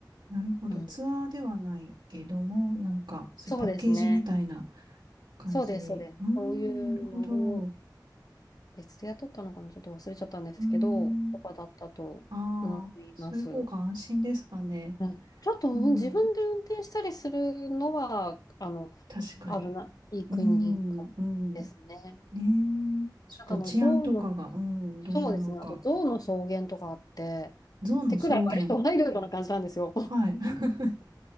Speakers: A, on the right (about 85°); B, on the left (about 55°).
A: なるほど。
B: うん。
A: ツアーではないけども、なんか、そういうパッケージみたいな
B: そうですね。
A: 感じ。
B: そうです、そうです。
A: うーん、
B: そういうのを
A: なるほど。
B: 別で雇ったのかな、ちょっと忘れちゃったんですけど、
A: うーん。
B: とかだったと思います。
A: ああ、そういう方が安心ですかね。
B: うん、ちょっと、
A: うん。
B: うん自分で運転したりするのは、あの、
A: 確かに。
B: 危ない国かもですね。
A: うん、うん。ねえ。ちょっと治安とかが、
B: なんかあの、象の、
A: うん、
B: そうですね、
A: どうなのか。
B: あと象の草原とかあって、
A: 象の草原。
B: ってくらい割とワイルドな感じなんですよ。<laughs>
A: はい。<laughs>